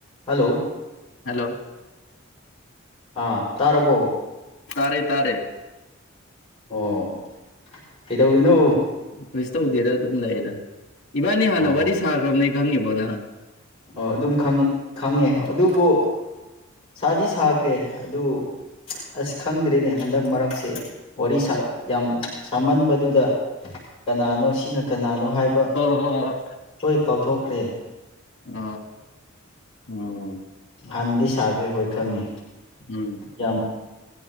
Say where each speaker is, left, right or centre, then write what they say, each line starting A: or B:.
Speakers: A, on the left; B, on the left.
A: hello
B: hello
A: ꯑꯥ ꯇꯥꯔꯕꯣ
B: ꯇꯥꯔꯦ ꯇꯥꯔꯦ
A: ꯑꯣ ꯀꯩꯗꯧꯔꯤꯅꯣ
B: ꯀꯩꯁꯨ ꯇꯧꯗꯦꯗ ꯑꯗꯨꯝ ꯂꯩꯦꯗ ꯏꯕꯥꯅꯤ
A: ꯑꯣ
B: ꯍꯥꯟꯅ ꯋꯥꯔꯤ ꯁꯥꯈ꯭ꯔꯕꯅꯦ ꯈꯪꯉꯤꯕꯣ ꯅ
A: ꯑꯣ ꯑꯗꯨꯝ ꯈꯪꯉꯤ ꯈꯪꯉꯦ ꯑꯗꯨꯕꯨ ꯁꯥꯗꯤ ꯁꯥꯈ꯭ꯔꯦ ꯑꯗꯨ ꯑꯁ ꯈꯪꯗ꯭ꯔꯔꯤꯅꯦ ꯍꯟꯗꯛ ꯃꯔꯛꯁꯦ ꯋꯥꯔꯤ ꯌꯥꯝ ꯁꯥꯃꯟꯕꯗꯨꯗ ꯀꯅꯥꯅꯣ ꯁꯤꯅ ꯀꯅꯥꯅꯣ ꯍꯥꯏꯕ
B: ꯑꯣ
A: ꯍꯣꯏ ꯀꯥꯎꯊꯣꯛꯈ꯭ꯔꯦ
B: ꯎꯝ ꯎꯝ
A: ꯍꯥꯟꯗꯤ ꯁꯥꯈ꯭ꯔꯦ ꯍꯣꯏ ꯈꯪꯉꯦ
B: ꯎꯝ
A: ꯌꯥꯝ